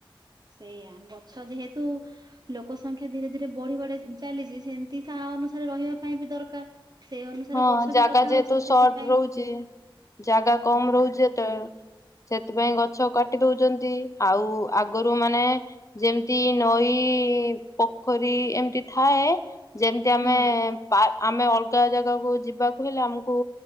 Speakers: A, on the right; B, on the left.
A: ସେଇଆା ଗଛ ଯେହେତୁ ଲୋକ ସଂଖ୍ୟା ଧୀରେ ଧୀରେ ବଢି ବଢି ଚାଲିଛି ସେମିତି ତା ଅନୁସାରେ ରହିବା ପାଇଁ ବି ଦରକାର। ସେଇ ଅନୁସାରେ
B: ହଁ
A: ଗଛ
B: ଜାଗା
A: ବି କଟା
B: ଯେହେତୁ
A: ହଉଛି
B: ସର୍ଟ
A: ସେଥିପାଇଁ
B: ରହୁଛି ଜାଗା
A: ହୁଁ
B: କମ ରହୁଛି ଯେତେବେଳେ ସେଥିପାଇଁ ଗଛ କାଟି ଦଉଛନ୍ତି ଆଉ ଆଗରୁ ମାନେ ଯେମିତି ନଈ ପୋଖରୀ ଏମତି ଥାଏ ଯେମତି ଆମେ
A: ହୁଁ
B: ବା ଆମେ ଅଲଗା ଜାଗାକୁ ଯିବାକୁ ହେଲେ ଆମକୁ